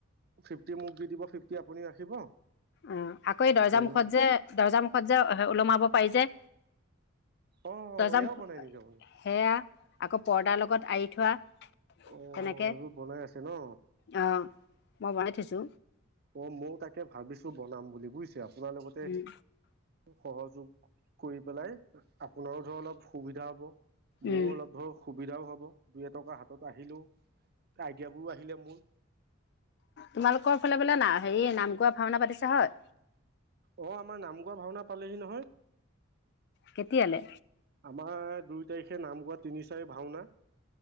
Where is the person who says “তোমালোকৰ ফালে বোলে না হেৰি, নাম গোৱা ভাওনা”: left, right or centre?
Left